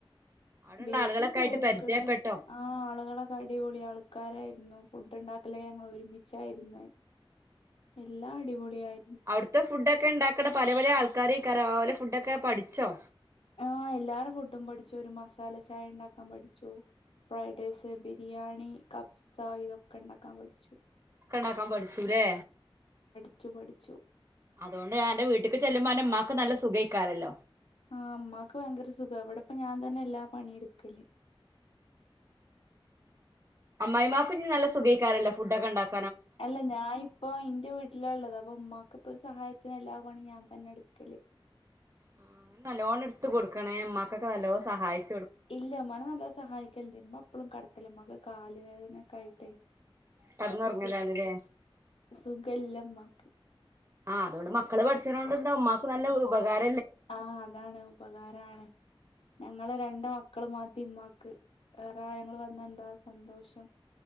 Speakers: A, on the right (about 30°); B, on the left (about 80°).
A: അവിടെള്ള
B: ബീച്ചിൽ
A: ആളുകളൊക്കെ
B: പൂക്കള്,
A: ആയിട്ട് പരിചയപ്പെട്ടോ
B: ആ ആളുകളൊക്കെ അടിപൊളി ആൾക്കാരായിരുന്നു. ഫുഡ് ഉണ്ടാക്കല് ഞങ്ങൾ ഒരുമിച്ചായിരുന്നു എല്ലാം അടിപൊളിയായി.
A: അവിടുത്തെ ഫുഡെക്കെ ഇണ്ടാക്കണ പല പല ആൾ കറി <unintelligible> ഫുഡൊക്കെ പഠിച്ചോ
B: ആഎല്ലാരും ഫുഡും പഠിച്ചു ഒരു മസാല ചായ ഉണ്ടാക്കാൻ പഠിച്ചു ഫ്രൈഡ് റൈസ് ബിരിയാണി കബ്സ ഇതൊക്കെ ഉണ്ടാക്കാൻ പഠിച്ചു.
A: ഇണ്ടക്കാൻ പഠിച്ചുല്ലേ
B: ക്കെ പഠിച്ചു
A: അതുകൊണ്ട് ഞാനെന്റെ വീട്ടിക്ക് ചെല്ലുമ്പോ ഇന്റെ ഉമ്മാക്ക് നല്ല സുഖമായിക്കാറല്ലോ
B: ആ അമ്മാക്ക് ഭയങ്കര സുഖം അവിടെപ്പ ഞാൻ തന്നെ എല്ലാ പണിയ എടുക്കല്
A: അമ്മായിമാർക്കും ഇനി നല്ല സുഖക്കാരല്ലോ ഫുഡൊക്കെ ഉണ്ടാക്ക
B: അല്ല ഞാൻ ഇപ്പ എന്റെ വീട്ടിലള്ളത് അപ്പൊ ഉമ്മാക്ക് ഇപ്പോ സഹായത്തി ന് എല്ലാ പണി ഞാൻ തന്നാ എടുക്കല്
A: ആ നല്ലോണം എടുത്ത് കൊടുക്കണേ ഉമ്മക്കൊക്കെ നല്ലോണം സഹായിക്ക
B: ഇല്ല ഉമ്മാനെ നല്ല സഹായിക്കലണ്ട് ഉമ്മ എപ്പോഴും കടക്കലമ്മാക്ക് കാല് വേദനൊക്കെ ആയിട്ടേ
A: കടന്നുറങ്ങലാണ്ല്ലേ
B: സുഖ സുഖല്ലമാക്ക്
A: ആഹ് അതൊണ്ട് മക്കള് പഠിച്ചതൊണ്ട്ന്താ ഉമ്മാക്ക് നല്ല ഉപകാര
B: ആ അതാണ് ഉപകാരാണ് ഞങ്ങള് രണ്ട് മക്കളും മതി ഉമ്മാക്ക് വേറെ ഞങ്ങള് വന്ന എന്താ സന്തോഷം